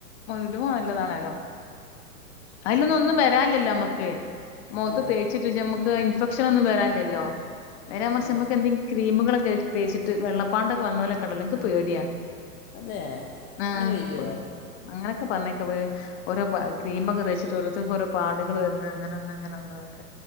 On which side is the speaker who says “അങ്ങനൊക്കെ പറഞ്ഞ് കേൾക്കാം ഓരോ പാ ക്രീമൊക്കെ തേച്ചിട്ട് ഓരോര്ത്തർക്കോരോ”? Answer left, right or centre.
Left